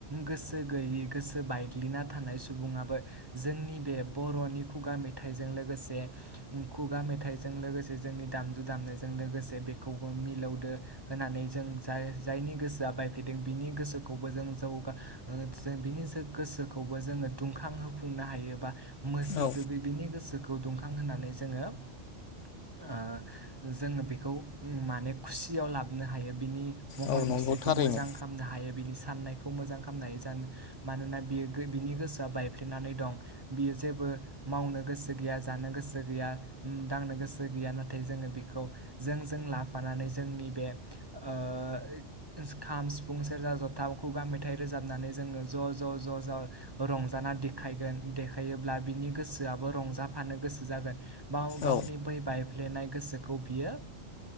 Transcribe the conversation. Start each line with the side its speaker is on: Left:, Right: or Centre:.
Right: गोसो गैयि गोसो बायग्लिना थानाय सुबुङाबो जोंनि बे बर'नि खुगा मेथाइजों लोगोसे खुगा मेथाइजों लोगोसे जोंनि दामजु दामनायजों लोगोसे बेखौबो मिलौदो होनानै जों जाय जायनि गोसोआ बायफलेदों बिनि गोसोखौबो जों जौगा जों बिनि गोसोखौबो जोंङो दुंखांहोफै नो हायो बा <unintelligible>
Left: औ
Right: बेनि गोसोखौ गौदुंखां होनानै जोंङो ओ जोंङो बेखौ माने खुसियाव लाबोनो हायो। बिनि महर
Left: औ नंगौ
Right: मुस्रिखौ
Left: थारैनो
Right: मोजां खालामनो हायो बिनि सा साननायखौ मोजां खालामनाय जानो मानोना बियो बिनि गोसोआ बायफ्ले नानै दं। बियो जेबो मावनो गोसो गैया जानो गोसो गैया दांनो गोसो गैया नाथाय जोंङो बेखौ जों जों लाफानानै जोंनि बे ओ खाम, सिफुं, सेरजा, जथा, खुगा मेथाइ रोजाबनानै जोंङो ज' ज' ज' ज' रंजाना दे खायगोन देखायोब्ला बिनि गोसोआबो रंजाफानो गोसो जागोन। बां गावनि
Left: औ
Right: बै बाइ फ्लेनाय गोसोखौ बियो